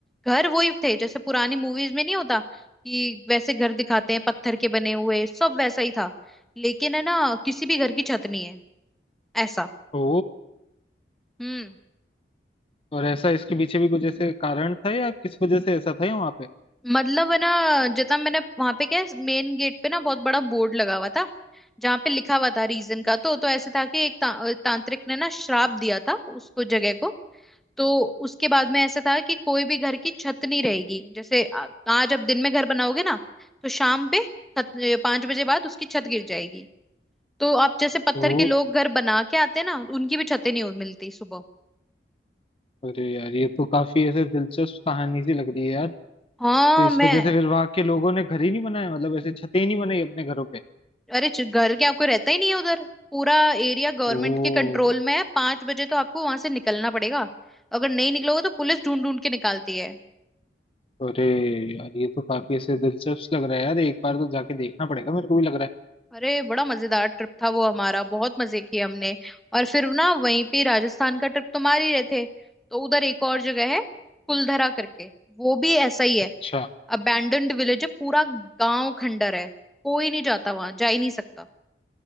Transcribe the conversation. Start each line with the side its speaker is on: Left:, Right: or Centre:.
Centre: घर वही थे जैसे पुरानी मूवीज में नहीं होता कि वैसे घर दिखाते हैं पत्थर के बने हुए सब वैसा ही था लेकिन है ना किसी भी घर की छत नहीं है ऐसा
Left: ओ
Centre: हम्म
Left: और ऐसा इसके पीछे भी कुछ ऐसे कारण था या किस वजह से ऐसा था या वहां पे
Centre: मतलब है ना जितना मैंने वहां पे क्या मेन गेट पे ना बहुत बड़ा बोर्ड लगा हुआ था जहाँ पे लिखा हुआ था रीजन का तो तो ऐसे था कि एक ता, तांत्रिक ने ना श्राप दिया था उसको जगह को तो उसके बाद में ऐसा था कि कोई भी घर की छत नहीं रहेगी जैसे आ- आज आप दिन में घर बनाओगे ना तो शाम पे छत पांच बजे बाद उसकी छत गिर जाएगी तो आप जैसे पत्थर
Left: ओ
Centre: के लोग घर बना के आते हैं ना उनकी भी छतें नहीं हो- मिलती सुबह
Left: अरे यार ये तो काफी ऐसे दिलचस्प कहानी सी लग रही है यार
Centre: हाँ
Left: तो इस
Centre: मैं
Left: वजह से फिर वहां के लोगों ने घर ही नहीं बनाया मतलब ऐसे छतें ही नहीं बनाई अपने घरों पे
Centre: अरे च- घर क्या कोई रहता ही नहीं है उधर पूरा एरिया गवर्नमेंट
Left: ओ
Centre: के कंट्रोल में है पांच बजे तो आपको वहां से निकलना पड़ेगा अगर नहीं निकलोगे तो पुलिस ढूंढ ढूंढ के निकालती है
Left: अरे यार ये तो काफी ऐसे दिलचस्प लग रहा है यार एक बार तो जाके देखना पड़ेगा मेरे को भी लग रहा है
Centre: अरे बड़ा मजेदार ट्रिप था वो हमारा बहुत मजे किए हमने और फिर ना वहीं पे राजस्थान का ट्रिप तो मार ही रहे थे तो उधर एक और जगह है कुलधरा करके वो भी ऐसा ही है
Left: अच्छा
Centre: अबैंडन्ड विलेज है पूरा गांव खंडर है कोई नहीं जाता वहां जा ही नहीं सकता